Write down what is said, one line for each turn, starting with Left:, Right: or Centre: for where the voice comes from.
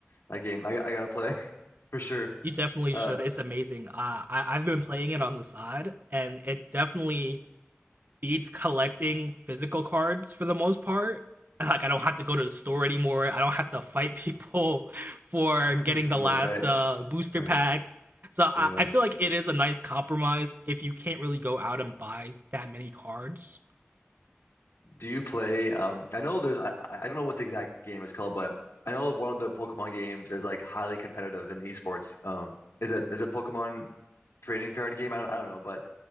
Left: That game, I got I gotta play <laughs> for sure.
Right: You definitely
Left: Uh,
Right: should. It's amazing. Uh, I I've been playing it on the side, and it definitely beats collecting physical cards for the most part. <laughs> Like I don't have to go to the store anymore. I don't have to fight <laughs> people for
Left: <laughs>
Right: getting the
Left: yeah,
Right: last
Left: right,
Right: uh, booster
Left: right,
Right: pack. So I,
Left: yeah.
Right: I feel like it is a nice compromise if you can't really go out and buy that many cards.
Left: Do you play? Um, I know there's. I, I don't know what the exact game is called, but I know one of the Pokemon games is like highly competitive in esports. Um, is it is it Pokemon trading card game? I don't. I don't know, but